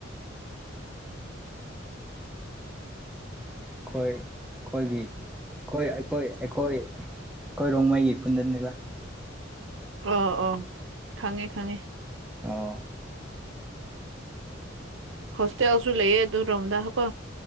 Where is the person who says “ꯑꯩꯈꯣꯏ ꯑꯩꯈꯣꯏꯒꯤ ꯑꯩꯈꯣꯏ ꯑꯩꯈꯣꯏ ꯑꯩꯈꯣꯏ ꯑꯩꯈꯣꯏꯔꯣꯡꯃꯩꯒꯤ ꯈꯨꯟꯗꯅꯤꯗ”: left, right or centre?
Centre